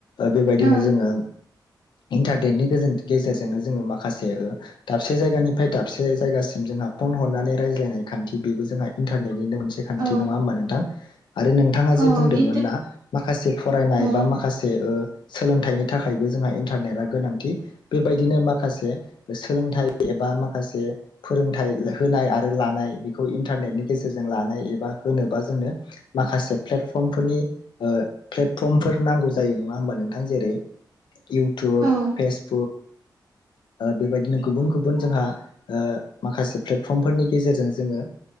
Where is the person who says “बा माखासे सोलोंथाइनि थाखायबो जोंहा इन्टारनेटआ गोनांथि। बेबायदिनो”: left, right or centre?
Left